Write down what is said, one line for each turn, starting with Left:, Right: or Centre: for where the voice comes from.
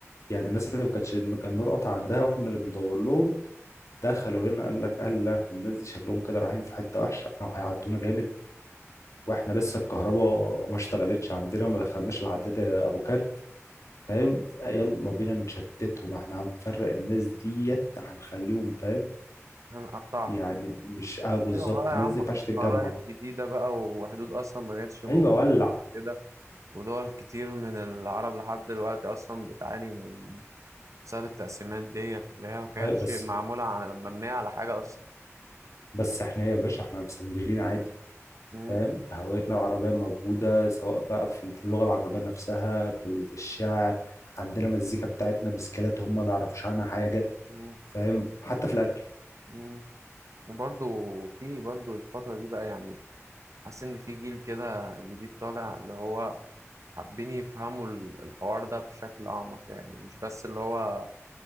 Left: يعني الناس اللي ما كانتش انه كان نور قطع عندها واحنا اللي بندور لهم دخلوا هنا قال لك الله الناس دي شكلهم كده رايحين في حته وحشه او هيعدونا جامد واحنا لسه الكهرباء ما اشتغلتش عندنا ما دخلناش العداد ابو كارت فاهم يلا بينا نشتتهم احنا هنفرق الناس ديت هنخليهم فاهم
Right: هنقطعها
Left: يعني مش اه بالظبط
Right: أيوة بقى يا
Left: الناس
Right: عم
Left: دي ما ينفعش
Right: خ-
Left: تتجمع
Right: خرايط جديدة بقى وحدود أصلا ما كانتش موجودة
Left: ايوه ولع
Right: قبل كده ودول كتير من العرب لحد دلوقتي أصلا بتعاني من بسبب التقسيمات ديت اللي هي ما كانتش
Left: أيوة بس
Right: معمولة على مبنية على حاجة أصلا
Left: بس احنا إيه يا باشا احنا مسندلين عادي
Right: مم.
Left: فاهم هويتنا العربية موجودة سواء بقى في في اللغة العربية نفسها في ال- في الشعر عندنا مزيكا بتاعتنا بسكيلات هم ما يعرفوش عنها حاجة
Right: مم.
Left: فاهم حتى في الأكل
Right: مم. وبرضو في برضو الفترة دي بقى يعني حاسس إن في جيل كده جديد طالع اللي هو حابين يفهموا ال- الحوار ده بشكل أعمق يعني مش بس اللي هو